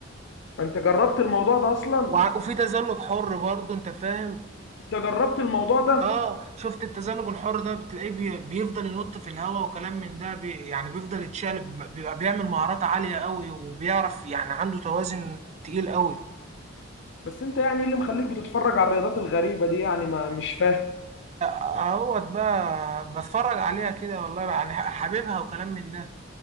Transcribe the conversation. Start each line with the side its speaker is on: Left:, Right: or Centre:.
Left: انت جربت الموضوع ده اصلا
Right: وع- وفي تزلج حر برضه انت فاهم
Left: انت جربت الموضوع ده
Right: اه شفت التزلج الحر ده بتلاقيه بي- بيفضل ينط في الهواء وكلام من ده بي يعني بيفضل يتشقلب بيبقى بيعمل مهارات عالية قوي وبيعرف يعني عنده توازن تقيل قوي
Left: بس انت يعني ايه اللي مخليك بتتفرج على الرياضات الغريبه دي يعني ما مش فاهم
Right: اهوت بقى بتفرج عليها كده والله يعني ح- حاببها وكلام من ده